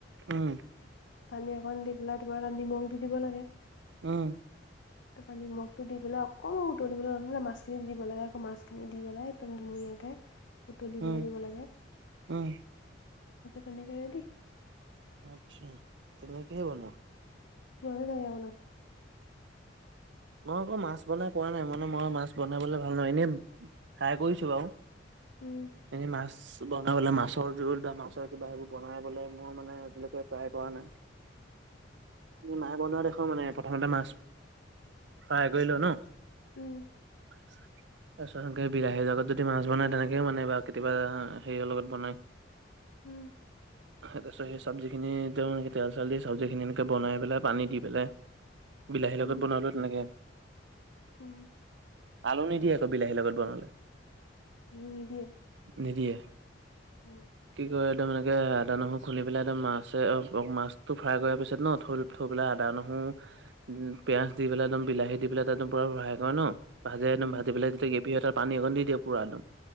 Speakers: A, on the right; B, on the left.
A: উম',।
B: পানী অকন দি পেলাই তোমাৰ নিমখ দি দিব লাগে।
A: উম',।
B: পালে মোক দি পেলাই অকণ উতলিব দিবলৈ মাছখিনি দি দিব লাগে, আকৌ মাছখিনি দি পেলাই একদম ধুনীয়াকে উতলিবলৈ
A: উম
B: দিব লাগে,
A: উম
B: তেনেকে ৰেডি।
A: আচ্ছা', তুমি কিহে বনোৱা?
B: মইওঁ বহিয়া বনাও।
A: মই আকৌ মাছ বনাই কোৱা নাই, মানে মই মাছ বনাবলে ভাল নহ এনে খাই কৈছো বও।
B: উম',।
A: এনেই মাছ বনাবলে মাছৰ জোল বা মাছৰ কিবা সেবোৰ বনাই বলে মোৰ মানে একুৱে ট্ৰাই কৰা নাই।
B: উ
A: মাহে বনোৱা দেখো মানে, প্ৰথমতে মাছ ফ্ৰাই কৰি লো ন'?
B: উম',।
A: <inaudible> তাৰপিছত সনেকে বিলাহীৰ জগত যদি মাছ বনায়, তেনেকেও মানে বা কেতিয়াবা হেৰিয়ৰ লগত বনায়।
B: উম',।
A: তাৰপিছত সেই চবজিখিনি তেওঁনেকৈ তেল-চেল দি চবজিখিনি এনেকৈ বনাই পেলাই পানী দি পেলাই বিলাহীৰ
B: উম
A: লগত বনালো তেনেকে
B: উম।
A: আলু নিদিয়ে আকৌ বিলাহীৰ লগত বনালে।
B: আলু নিদিয়ে?
A: নিদিয়ে,
B: অ',
A: কি কয় তাৰ মানে তে আদা, নহৰু খুন্দুলি পেলাই একদম মাছে মাছ টো ফ্ৰাই কৰাৰ পিছত ন', থ'- থৈ পেলাই আদা, নহৰু পিয়াজ দি পেলাই একদম বিলাহি দি পাই ত' একদম পুৰা ফাই কৰে ন', ভাজে একদম
B: উম
A: ভাজি পেলাই যেতিয়া গ্ৰেভী এটা পানী অকণ দি দিয়ে পুৰা একদম।